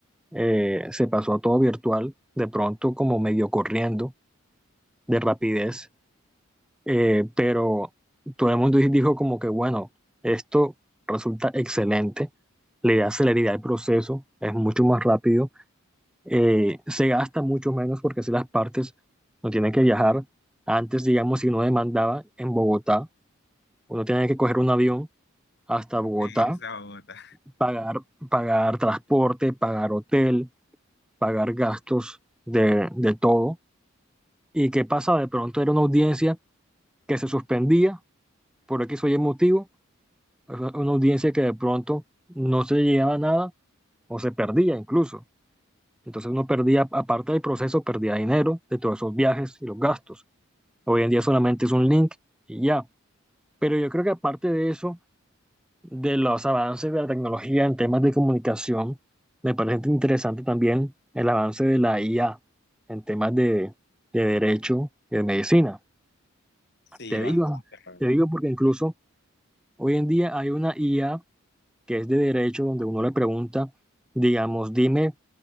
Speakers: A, in the centre; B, on the left.
A: eh, se pasó a todo virtual, de pronto como medio corriendo, de rapidez, eh, pero todo el mundo dijo como que, bueno, esto resulta excelente, le da celeridad al proceso, es mucho más rápido eh, se gasta mucho menos porque así las partes no tienen que viajar. Antes, digamos, si uno demandaba en Bogotá, uno tenía que coger un avión hasta Bogotá,
B: Sí, irse a Bogotá.
A: pagar, pagar transporte, pagar hotel, pagar gastos de, de todo. ¿Y qué pasaba? De pronto era una audiencia que se suspendía por X o Y motivo, una una audiencia que de pronto no se llegaba a nada o se perdía incluso. Entonces uno perdía, aparte del proceso, perdía dinero de todos esos viajes y los gastos. Hoy en día solamente es un link y ya. Pero yo creo que aparte de eso, de los avances de la tecnología en temas de comunicación, me parece interesante también el avance de la IA en temas de, de derecho y de medicina.
B: Sí,
A: Te
B: bastante,
A: digo,
B: la verdad.
A: te digo porque incluso hoy en día hay una IA que es de derecho donde uno le pregunta, digamos, dime